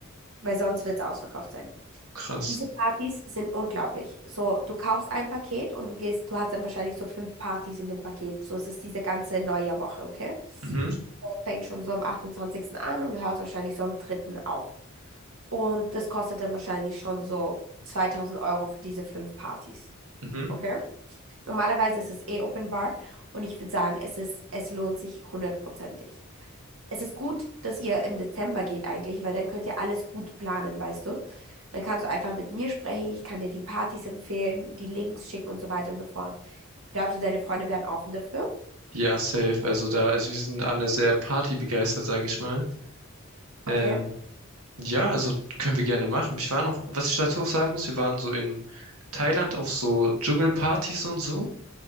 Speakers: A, on the right (about 70°); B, on the right (about 85°).
A: weil sonst wird es ausverkauft sein.
B: krass.
A: Diese Partys sind unglaublich. So, du kaufst ein Paket und du gehst, du hast dann wahrscheinlich so fünf Partys in dem Paket. So, es ist diese ganze Neujahrwoche, okay?
B: Mhm,
A: So, fängt schon so am achtundzwanzigsten an und hört wahrscheinlich so am dritten auf. Und das kostet dann wahrscheinlich schon so 2000 Euro für diese fünf Partys.
B: mhm.
A: Okay. Normalerweise ist es eh Open Bar und ich würde sagen, es ist, es lohnt sich hundertprozentig. Es ist gut, dass ihr im Dezember geht eigentlich, weil dann könnt ihr alles gut planen, weißt du? Dann kannst du einfach mit mir sprechen, ich kann dir die Partys empfehlen, die Links schicken und so weiter und so fort. Glaubst du, deine Freunde wären offen dafür?
B: Ja, safe. Also da, also wir sind alle sehr partybegeistert, sage ich mal. Ähm,
A: Okay.
B: Ja, also können wir gerne machen. Ich war noch, was ich dazu auch sagen muss, wir waren so in Thailand auf so Dschungelpartys und so.